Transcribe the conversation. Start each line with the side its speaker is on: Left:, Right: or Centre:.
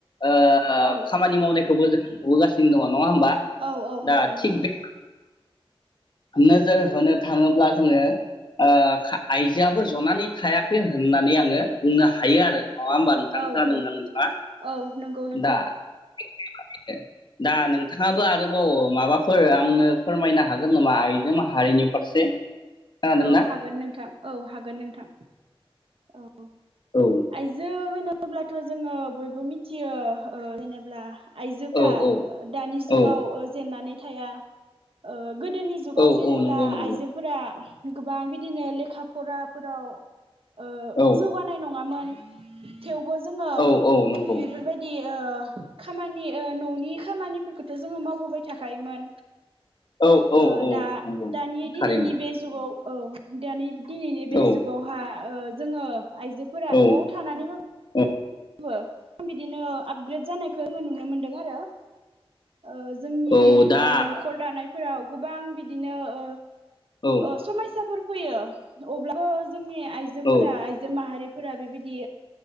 Left: ओ
Right: औ
Left: खामानि मावनायखौबो जों नुबोगासिनो दङ। नङा होमबा
Right: औ औ
Left: दा
Right: नंगौ
Left: थिग
Right: नोंथां
Left: बे नोजोर होनो थाङोब्ला जोङो ओ आइजोआबो जनानै थायाखै होननानै आङो बुंनो हायो आरो। नङा होमबा नोंथां
Right: औ
Left: खोनादोंना
Right: औ
Left: नोंथाङा
Right: औ नंगौ नोंथां
Left: दा बेबादिनो दा नोंथाङाबो आरोबाव माबाफोर आंनो फोरमायनो हागोन नामा आइजो माहारिनि फारसे? खोनादोंना
Right: औ हागोन नोंथां औ हागोन नोंथां औ।
Left: औ
Right: आयजो होनो अब्लाथ जोङो बयबो मिथियो ओ जेनेब्ला आइजोफ्रा
Left: औ औ
Right: दानि जुगाव
Left: औ
Right: जेननानै थाया ओ गोदोनि जुगाव
Left: औ
Right: जेनेब्ला
Left: औ नंगौ नंगौ
Right: आइजोफोरा गोबां बिदिनो लेखा फराफोराव ओ
Left: औ
Right: जौगानाय नङामोन। <inaudible> थेवबो जोङो
Left: औ औ नंगौ
Right: बेफोरबायदि ओ खामानि ओ ननि खामानिफोरखौथ जोङो मावबोबाय थाखायोमोन।
Left: औ औ
Right: ओ
Left: औ
Right: दा
Left: नंगौ
Right: दानि दिनैनि
Left: थारैनो
Right: बे जुगाव औ दानि दिनैनि बे
Left: औ
Right: जुगावहा ओ जोङो आइजोफोरा
Left: औ
Right: नआव थानानैबा
Left: औ
Right: <unintelligible> बिदिनो आपग्रेड जानाय खो आङो नुनो मोन्दों आरो। ओ जोंनि
Left: औ दा
Right: ओ नखर दानायफोराव गोबां बि दिनो ओ
Left: औ
Right: ओ समायसाफोर फैयो अब्लाबो जोंनि आइजोफोरा
Left: औ
Right: आइजो माहारि फोरा बेबायदि